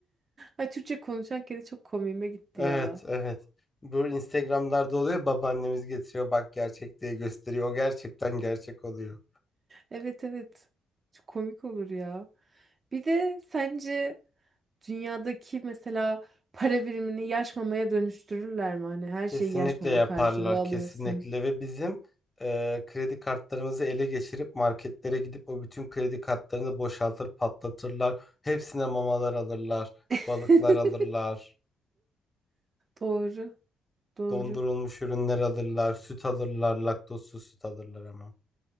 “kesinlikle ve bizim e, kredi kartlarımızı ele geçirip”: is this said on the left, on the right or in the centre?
Left